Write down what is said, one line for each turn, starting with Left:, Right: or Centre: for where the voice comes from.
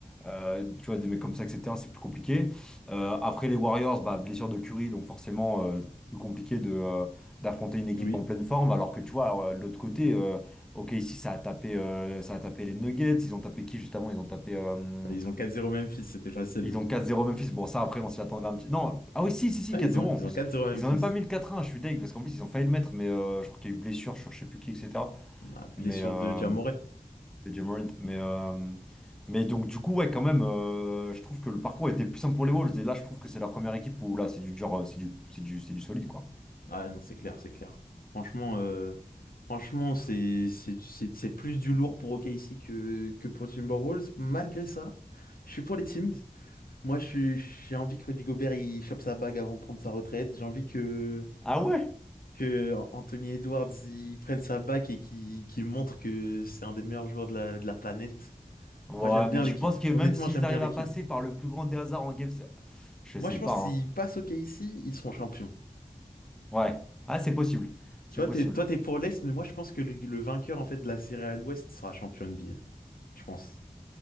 Centre: euh, tu vois, des mecs comme ça, etc., c'est plus compliqué. Euh, après les Warriors, bah, blessure de Curry, donc forcément euh, plus compliqué de, euh, d'affronter une équipe
Left: Oui,
Centre: en pleine forme. Alors que tu vois, euh, de l'autre côté, euh, ok, ici ça a tapé, euh, ça a tapé les Nuggets, ils ont tapé qui juste avant? Ils ont tapé, euh,
Left: ils ont 4-0 Memphis, c'était facile.
Centre: ils ont quatre zéro Memphis. Bon, ça après, on s'y attendait un petit. Non, ah oui, si, si, si,
Left: Ah,
Centre: quatre
Left: ils
Centre: zéro
Left: ont, ils
Centre: en plus.
Left: ont 4-0
Centre: Ils
Left: Memphis.
Centre: ont même pas mis le quatre un je suis deg, parce qu'en plus ils ont failli le mettre, mais euh, je crois qu'il y a eu blessure sur je sais plus qui, etc.
Left: Ma blessure
Centre: Mais, euh,
Left: de Ja
Centre: de Ja Morant. Mais, euh, mais donc, du coup, ouais, quand même, euh, je trouve que le parcours était plus simple pour les Wolves. Et là, je trouve que c'est la première équipe où là, c'est du dur, euh, c'est du, c'est du, c'est du solide, quoi.
Left: Ah non, c'est clair, c'est clair. Franchement, euh, franchement, c'est c'est du- c'est- c'est plus du lourd pour OKC que, que pour Timberwolves. Malgré ça, je suis pour les teams. Moi, je suis- j'ai envie que Rudy Gobert il chope sa bague avant de prendre sa retraite. J'ai envie que,
Centre: Ah ouais?
Left: que Anthony Edwards il prenne sa bague et qu'il qu'il montre que c'est un des meilleurs joueurs de la, de la planète.
Centre: Ouais,
Left: Moi, j'aime bien
Centre: mais tu
Left: l'équipe.
Centre: penses que même
Left: Honnêtement,
Centre: s'ils
Left: j'aime
Centre: arrivent
Left: bien l'équipe.
Centre: à passer par le plus grand des hasards en game, c'est- je
Left: Moi,
Centre: sais
Left: je
Centre: pas,
Left: pense que
Centre: hein.
Left: s'ils passent OKC, ils seront champions.
Centre: Ouais. Ah, c'est possible. C'est
Left: Tu vois,
Centre: possible.
Left: t'es, toi, t'es pour l'Est, mais moi, je pense que le, le vainqueur, en fait, de la série à l'Ouest sera champion NBA. Je pense.